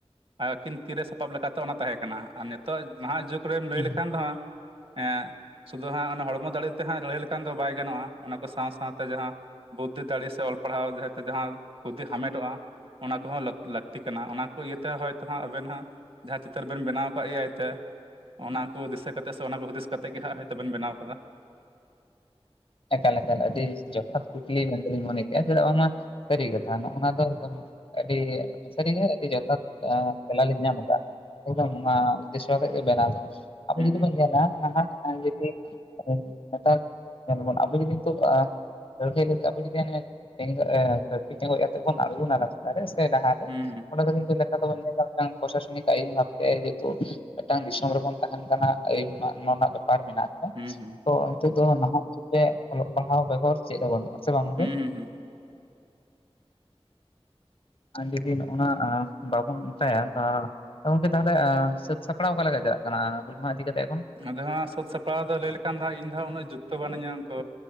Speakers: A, on the right (about 60°); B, on the left (about 60°).
A: ᱟᱸᱜ ᱟᱹᱠᱤᱱ ᱛᱤᱨᱮ ᱥᱟᱯᱟᱵ ᱞᱮᱠᱟᱛᱮ ᱚᱱᱟ ᱛᱟᱦᱮᱸ ᱠᱟᱱᱟ ᱟᱨ ᱱᱤᱛᱚᱜ ᱱᱟᱦᱟᱜ ᱡᱩᱜᱽᱼᱼ ᱠᱩᱲᱟᱹᱭᱮᱢ ᱞᱟᱹᱭ
B: ᱦᱩᱸ
A: ᱞᱮᱠᱷᱟᱱ ᱫᱚ ᱦᱟᱸᱜ, ᱮᱸ ᱥᱩᱫᱩ ᱦᱟᱸᱜ ᱚᱱᱟ ᱦᱚᱲᱢᱚ ᱫᱟᱲᱮᱛᱮ ᱦᱟᱸᱜ ᱞᱟᱹᱲᱦᱟᱹᱭ ᱞᱮᱠᱷᱟᱱ ᱫᱚ ᱵᱟᱭ ᱜᱟᱱᱚᱜᱼᱟ ᱚᱱᱟ ᱠᱚ ᱥᱟᱶ ᱥᱟᱶᱛᱮ ᱡᱟᱦᱟᱸᱼᱼ ᱵᱩᱫᱷᱤ ᱫᱟᱲᱮ ᱥᱮ ᱚᱞ ᱯᱟᱲᱦᱟᱣ ᱡᱮᱦᱮᱛᱩ ᱡᱟᱦᱟᱸ ᱵᱩᱫᱷᱤ ᱦᱟᱢᱮᱴᱚᱜ- ᱟ, ᱚᱱᱟ ᱠᱚᱦᱚᱸ ᱞᱟᱹᱠᱛᱤ ᱠᱟᱱᱟ ᱚᱱᱟ ᱠᱚ ᱤᱭᱟᱹᱛᱮ ᱦᱚᱭ ᱛᱚ ᱦᱟᱸᱜ ᱟᱵᱮᱱ ᱦᱟᱸᱜᱼᱼ ᱡᱟᱦᱟᱸ ᱪᱤᱛᱟᱹᱨ ᱵᱮᱱ ᱵᱮᱱᱟᱣ ᱟᱠᱟᱜ-ᱟ ᱮ-ᱟᱭ ᱛᱮ ᱚᱱᱟ ᱠᱚ ᱫᱤᱥᱟᱹ ᱠᱟᱛᱮ ᱥᱮ ᱚᱱᱟ ᱠᱚ ᱦᱩᱫᱤᱥᱼᱼ ᱠᱟᱛᱮᱜ ᱜᱮ ᱦᱟᱸᱜ ᱦᱳᱭᱛᱚ ᱵᱤᱱ ᱵᱮᱱᱟᱣ ᱠᱟᱫᱟ᱾
B: ᱮᱠᱟᱞ ᱮᱠᱟᱞ ᱟᱹᱰᱤ ᱡᱚᱛᱷᱟᱛ ᱠᱩᱠᱞᱤ ᱢᱮᱱᱛᱮ ᱞᱤᱧ ᱢᱚᱱᱮ ᱠᱮᱜ-ᱟ ᱪᱮᱫᱟᱜ ᱵᱟᱝ ᱢᱟ ᱥᱟᱹᱨᱤ ᱠᱟᱛᱷᱟ ᱱᱚᱜᱚᱼᱱᱚᱣᱟ ᱫᱚ ᱮᱠᱫᱚᱢᱼᱼ ᱟᱹᱰᱤ ᱥᱟᱹᱨᱤ ᱜᱮ ᱟᱹᱰᱤ ᱡᱚᱛᱷᱟᱛ ᱛᱮᱞᱟ ᱞᱤᱧ ᱧᱟᱢ ᱠᱟᱜ-ᱟ᱾ ᱟᱫᱚ ᱵᱟᱝ ᱚᱱᱟ ᱩᱫᱮᱥᱚ ᱟᱛᱮᱫ ᱫᱚ ᱵᱟᱝ ᱟᱫᱚ, ᱟᱵᱤᱱ
A: ᱦᱩᱸ
B: ᱡᱩᱫᱤ ᱵᱚᱱ ᱧᱮᱞᱟ ᱱᱟᱦᱟᱜ ᱡᱩᱫᱤ ᱱᱮᱛᱟᱨᱼᱼ ᱧᱮᱞ ᱵᱮᱱ ᱟᱵᱤᱱ ᱡᱮᱦᱟᱛᱩ ᱮᱸᱼᱼ ᱞᱟᱹᱲᱦᱟᱹᱭ ᱞᱟᱹᱜᱤᱫ ᱟᱵᱚ ᱡᱚᱫᱤ ᱦᱟᱱᱮ ᱴᱮᱸᱜᱚᱡ ᱠᱚᱛᱮᱜ ᱵᱚᱱ ᱟᱬᱜᱚᱱᱟ ᱨᱟᱥᱛᱟ ᱨᱮ ᱥᱮ ᱰᱟᱦᱟ ᱨᱮᱼᱼ
A: ᱦᱩᱸ
B: ᱚᱸᱰᱮ ᱫᱚ ᱠᱤᱱᱛᱩ ᱱᱮᱛᱟᱨ ᱫᱚ ᱵᱚᱱ ᱧᱮᱞ ᱧᱟᱢ ᱫᱟ ᱢᱤᱫᱴᱟᱝ ᱯᱨᱚᱥᱟ ᱥᱚᱱᱤᱠ ᱟᱹᱭᱤᱱ ᱵᱷᱟᱵ ᱛᱮ ᱡᱮᱦᱮ ᱛᱩ ᱢᱤᱫᱴᱟᱝ ᱫᱤᱥᱚᱢ ᱨᱮ ᱵᱚᱱ ᱛᱟᱦᱮᱸᱱ ᱠᱟᱱᱟ᱾ ᱟᱹᱭᱤᱱ ᱢᱟ-ᱱᱚᱣᱟ ᱨᱮᱱᱟᱜ ᱵᱮᱯᱟᱨ ᱢᱮᱱᱟᱜ ᱟᱠᱟᱫᱟ᱾
A: ᱦᱩᱸ-ᱦᱩᱸ
B: ᱛᱚ ᱱᱤᱛᱚᱜ ᱫᱚ ᱱᱟᱦᱟᱜ ᱡᱩᱜᱽ ᱨᱮ ᱚᱞᱚᱜ ᱯᱟᱲᱦᱟᱣ ᱵᱮᱜᱚᱨ ᱪᱮᱫ ᱦᱚ ᱵᱟᱹᱱᱩᱜ-ᱟ, ᱥᱮ ᱵᱟᱝ ᱜᱚᱝᱠᱮ?
A: ᱦᱩᱸ ᱦᱩᱸ
B: ᱟᱹᱰᱤᱫᱤᱱ ᱚᱱᱟ ᱮᱸ ᱵᱟᱵᱚᱱ <unintelligible> ᱦᱮᱸ ᱜᱚᱝᱠᱮ ᱛᱟᱦᱚᱞᱮ ᱥᱟᱹᱛ ᱥᱟᱯᱲᱟᱣ ᱚᱠᱟ ᱞᱮᱠᱟ ᱪᱟᱜ ᱠᱟᱱᱟ ᱦᱩᱞ ᱢᱟᱦᱟᱸ ᱤᱫᱤ ᱠᱟᱛᱮᱜ ᱮᱠᱷᱚᱱ?
A: ᱟᱫᱚ ᱦᱟᱸᱜ ᱥᱟᱹᱛ ᱥᱟᱯᱲᱟᱣ ᱫᱚ ᱞᱟᱹᱭ ᱞᱮᱠᱷᱟᱱ ᱫᱚ ᱦᱟᱜ ᱤᱧ ᱫᱚ ᱦᱟᱸᱜ ᱩᱱᱟᱹᱜ ᱡᱩᱠᱛᱚ ᱵᱟᱹᱱᱩᱹᱧᱟ ᱛᱚᱼᱼ